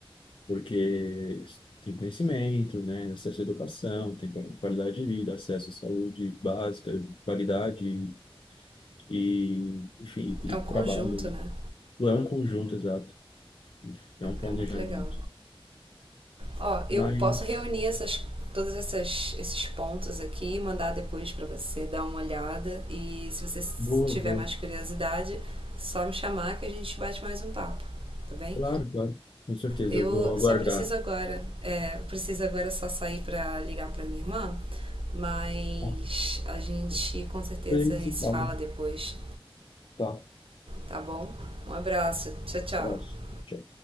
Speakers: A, on the left; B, on the right.
A: Porque tem conhecimento, né? Acesso à educação, tem qualidade de vida, acesso à saúde básica, qualidade e, enfim, e,
B: É
A: e
B: um conjunto,
A: trabalho, né?
B: né?
A: Não é um conjunto exato, é um planejamento.
B: É, é muito legal. Ó, eu
A: Mas,
B: posso reunir essas, todos essas, esses pontos aqui, mandar depois pra você dar uma olhada. E se você
A: boa,
B: tiver
A: boa.
B: mais curiosidade, só me chamar que a gente bate mais um papo, tá bem?
A: Claro, claro. Com certeza,
B: Eu
A: eu vou aguardar.
B: só preciso agora, é, eu preciso agora só sair pra ligar pra minha irmã, mas
A: Tá.
B: a gente com certeza
A: Depois a gente se
B: se
A: fala.
B: fala depois,
A: Tá.
B: tá bom? Um abraço, tchau, tchau.
A: Abraço. Tchau.